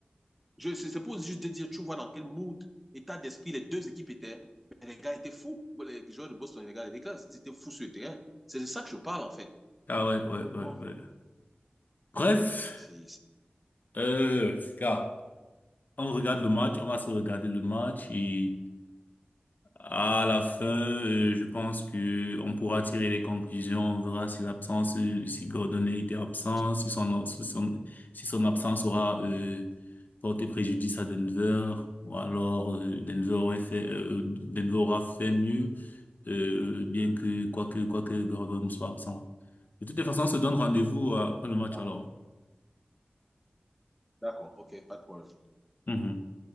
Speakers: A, in the centre; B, on the left.
A: c'est pour juste de dire, tu vois dans quel mood, état d'esprit les deux équipes étaient. Mais les gars étaient fous. Les joueurs de Boston et les gars des Lakers, ils étaient fous sur le terrain. C'est de ça que je parle, en fait.
B: ah ouais, ouais, ouais,
A: Bon,
B: ouais. Bref,
A: c'est
B: euh, car on regarde le match, on va se regarder le match et. À la fin, euh, je pense que on pourra tirer les conclusions. On verra si l'absence, euh, si Gordon était absent,
A: bien sûr.
B: si son, si son, si son absence aura euh, porté préjudice à Denver, ou alors euh, Denver aurait fait, euh, Denver aura fait mieux, euh, bien que quoique quoique Gordon soit absent. De toutes les façons, on se donne rendez-vous euh, après le match
A: D'accord.
B: alors.
A: D'accord, ok, pas de problème.
B: Mhm.